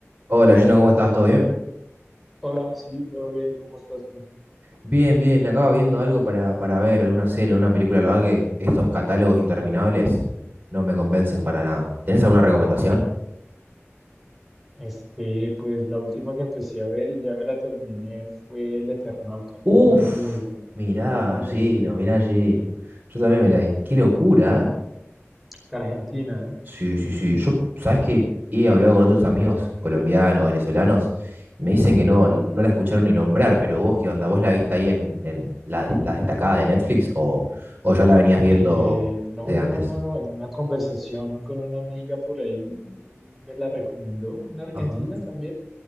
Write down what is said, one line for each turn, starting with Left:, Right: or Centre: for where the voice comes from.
Right: Hola, Gino, ¿cómo estás? ¿Todo bien?
Centre: Hola, sí, todo bien, ¿cómo estás tú?
Right: Bien, bien, acaba viendo algo para, para ver, alguna serie, una película. La verdad que estos catálogos interminables no me convencen para nada. ¿Tenés alguna recomendación?
Centre: Este, pues la última que empecé a ver y ya me la terminé fue El Eternauta.
Right: Uf,
Centre: Muy buena,
Right: mirá,
Centre: muy
Right: Gino,
Centre: buena.
Right: mirá, Gino. Yo también me la vi. Qué locura, ¿eh?
Centre: Argentina, ¿eh?
Right: Sí, sí, sí. Yo, ¿sabés que He hablado con otros amigos colombianos, venezolanos, me dicen que no, n- no la escucharon ni nombrar, pero vos, ¿qué onda? ¿Vos la viste ahí en, en la- las destacadas de Netflix o, o ya la venías viendo
Centre: Eh, no,
Right: de
Centre: no,
Right: antes?
Centre: no, no, no. En una conversación con una amiga por ahí me la recomendó, una argentina
Right: Ajá.
Centre: también.